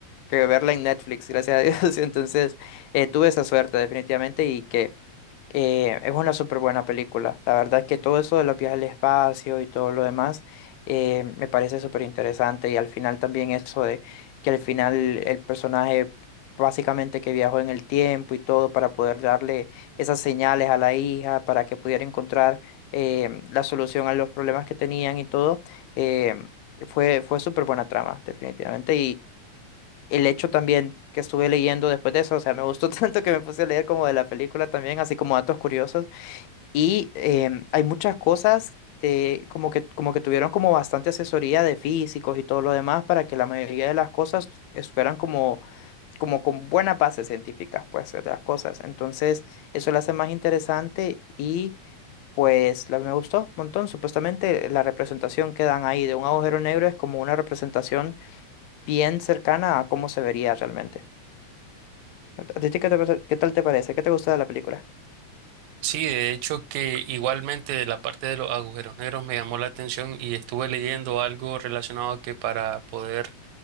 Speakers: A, on the left; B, on the right.
A: que verla en Netflix, <laughs> gracias a Dios. <laughs> Entonces eh, tuve esa suerte definitivamente y que... Eh, es una súper buena película. La verdad es que todo eso de los viajes al espacio y todo lo demás eh, me parece súper interesante. Y al final también eso de que al final el personaje básicamente que viajó en el tiempo y todo para poder darle esas señales a la hija para que pudiera encontrar eh, la solución a los problemas que tenían y todo, eh, fue, fue súper buena trama, definitivamente el hecho también que estuve leyendo después de eso, o sea, me gustó <laughs> tanto que me puse a leer como de la película también, así como datos curiosos. Y em, hay muchas cosas de, como que, como que tuvieron como bastante asesoría de físicos y todo lo demás para que la mayoría de las cosas es- fueran como, como con buenas bases científicas, pues, de las cosas. Entonces, eso lo hace más interesante y pues la, me gustó un montón. Supuestamente la representación que dan ahí de un agujero negro es como una representación bien cercana a cómo se vería realmente. ¿A ti qué, te pare- qué tal te parece? ¿Qué te gusta de la película?
B: Sí, de hecho que igualmente la parte de los agujeros negros me llamó la atención y estuve leyendo algo relacionado que para poder